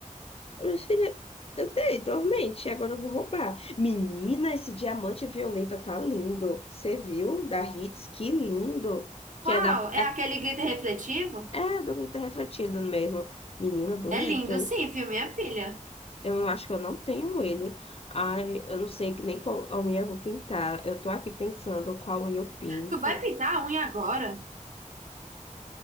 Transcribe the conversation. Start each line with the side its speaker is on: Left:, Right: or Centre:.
Left: Minha filha, eu dei dormente, agora eu vou roubar. Menina, esse diamante violeta tá lindo. Você viu? Da Hits, que lindo. Que
Right: Qual?
Left: é da,
Right: É aquele glitter refletivo?
Left: É, dormir tá refletido mesmo. Menina, bonito,
Right: É lindo,
Left: hein?
Right: sim, viu, minha filha?
Left: Eu acho que eu não tenho ele. Ai, eu não sei que nem qual a unha eu vou pintar. Eu tô aqui pensando qual unha eu pinto.
Right: Tu vai pintar a unha agora?